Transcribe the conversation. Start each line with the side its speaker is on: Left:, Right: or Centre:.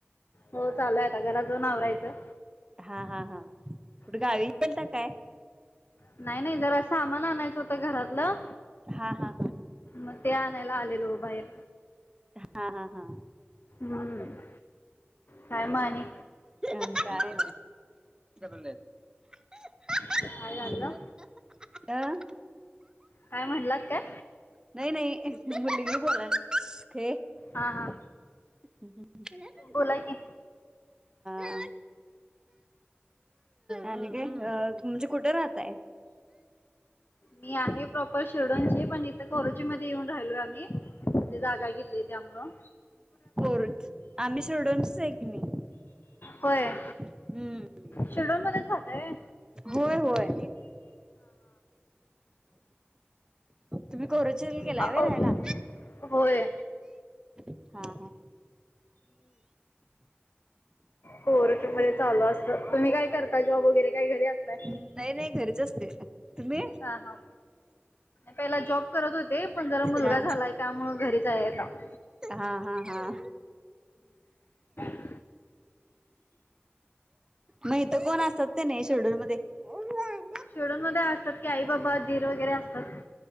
Left: हो चालय आता घरा जाऊन आवरायचं.
Right: हा हा हा कुठ
Left: हम्म.
Right: गावी गेलता काय?
Left: नाही, नाही जरा सामान आणायचं होत घरातलं,
Right: हा हा
Left: मग ते आ नायला आलेलो बाहेर.
Right: हा हा हा!
Left: हूं काय म आणि.
Right: आणि काय नाय <unintelligible>
Left: काय झालं
Right: आणि. अ.
Left: काय म्हणलात काय
Right: नाही, नाही मुलगी बोलल्या.
Left: हा हा
Right: <unintelligible> हा. <unintelligible>
Left: बोला की
Right: अ आणि काय हं <unintelligible> म्हणजे कुठ राहताय?
Left: मी आहे प्रॉपर शिरडोनची, पण इथं कोरोचीमध्ये येऊन राहिलय आमी. मंजे जागा घेतली त्यामुळ.
Right: कोरज आम्ही शिरडूनच. चाय की मी.
Left: होय!
Right: हूं!
Left: शिरढोण मध्येच राहातय.
Right: होय होय. तुम्ही करोचन गेलाय
Left: हा
Right: होय
Left: अ,
Right: राहायला
Left: ओ, होय
Right: <unintelligible> हा हा!
Left: कोरुचनं मध्ये चालू असतं, तुम्ही काय करता जॉब वगैरे काय घरी असताय.
Right: नाही नाही घरीच असते. तुम्ही?
Left: हा हा पहिला जॉब करत होते ते पण जरा मुलगा
Right: हा
Left: झालाय त्यामुळं घरीच आहे, आता हूं.
Right: हा हा हा.
Left: <inaudible>
Right: म इथं कोण असतात का नाही शिरडून मध्ये. <unintelligible>
Left: शीरडून मध्ये असतात की, आई बाबा दीर. वगैरे असतात.